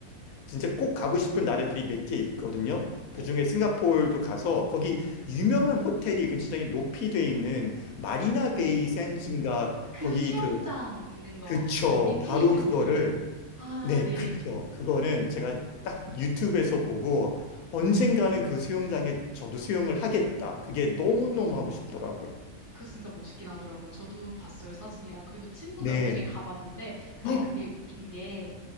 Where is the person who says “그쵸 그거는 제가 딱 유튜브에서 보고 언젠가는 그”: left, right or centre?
Left